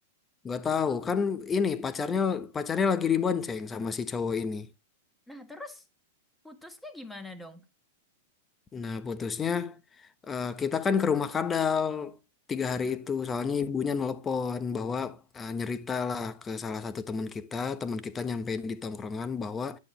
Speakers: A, on the left; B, in the centre.
A: gak tahu. Kan ini pacarnya pacarnya lagi dibonceng sama si cowok ini.
B: Nah, terus putusnya gimana dong?
A: Nah, putusnya eh, kita kan ke rumah Kadal tiga
B: Mm-mm.
A: hari itu. Soalnya ibunya nelpon bahwa eh, nyerita lah ke salah satu teman kita. Teman kita nyampein di tongkrongan bahwa